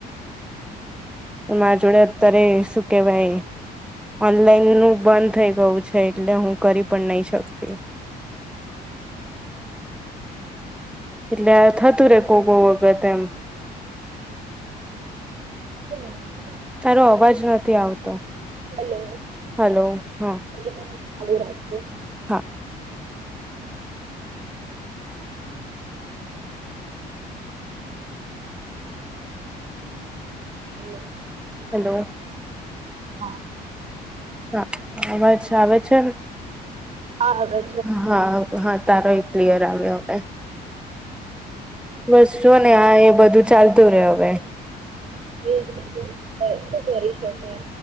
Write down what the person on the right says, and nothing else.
હા
<inaudible>
હલો
મિટ ચાલુ રાખજો
હમ
હા
હા હવે
એ બધું શું કરી શકાય